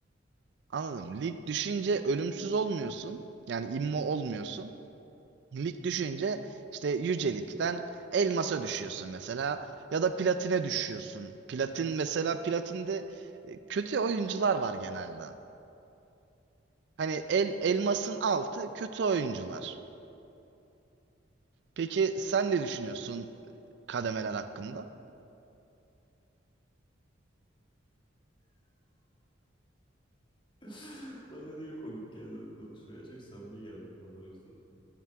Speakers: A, on the right; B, on the left.
A: anladım. Lig düşünce ölümsüz olmuyorsun. Yani immo olmuyorsun. Lig düşünce işte yücelikten elmasa düşüyorsun mesela. Ya da platine düşüyorsun. Platin mesela platinde e, kötü oyuncular var genelde. Hani el, elmasın altı kötü oyuncular. Peki sen ne düşünüyorsun kademeler hakkında?
B: <laughs> Bana niye komik geldi bu konuşmaya? Çok samimi geldi bana o yüzden.